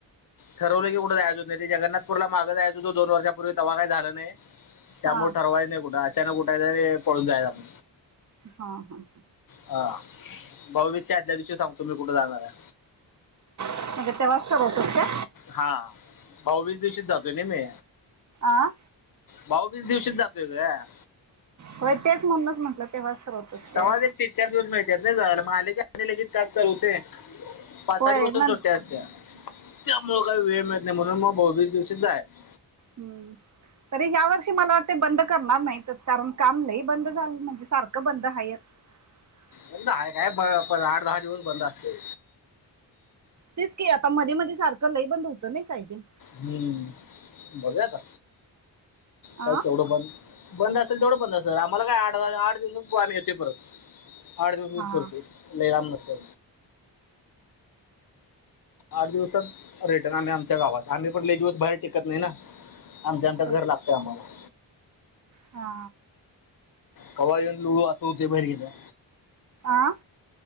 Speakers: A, on the left; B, on the right.
A: ठरवलं की कुठं जायचं होत नाही ते जगन्नाथपुरला माग जायच होतं दोन वर्षापूर्वी तवा काय झालं नाही त्यामुळं
B: हा हा
A: ठरवायचं नाही कुठं अचानक उठायचं आणि पळून जायचं आपण
B: हा हा
A: हा भाऊबिजच्या आदल्या दिवशी सांगतो मी कुठं जाणार आहे
B: म्हणजे तेव्हाच ठरवतोस काय
A: हा भाऊबीज दिवशीच जातोय नाही मी
B: आं
A: भाऊबीज दिवशीच जातोय गं
B: होय तेच म्हणूनच म्हटलं तेव्हाच ठरवतोस काय
A: तवाच एक तीन चार दिवस मिळत्यात नाही जायला मग आलं की आणि लगेच काम चालू हुतय पाच
B: होय
A: सहा दिवसचं
B: न
A: सुट्टी असत्या त्यामुळं काय वेळ मिळत नाही म्हणून मग भाऊबीज दिवशीच जायचं
B: हम्म तरी यावर्षी मला वाटतंय बंद करणार नाहीतच कारण काम लई बंद झालं म्हणजे सारखं बंद हायच ह
A: बंद हाय काय आठ दहा दिवस बंद असतंय
B: तेच की आता मधी मधी सारखं लैई बंद होतं नाही सायजींग
A: हम्म बघुया आता
B: आ
A: काय केवढं बंद बंद असेल तेवढं बंद असंल आम्हाला काय आठ आठ दिवसांत आम्ही येतोय परत आठ दिवसच
B: हा
A: फीरतोय लैई लांब नसतय आठ दिवसात रिटर्न आम्ही आमच्या गावात आम्ही पण लैई दिवस बाहेर टिकत नाही ना आमचं, आमचं घर
B: होय
A: लागतंय आम्हाला
B: हा
A: कवा येऊन लोळू असं होतय बाहेर गेल्यावर
B: हां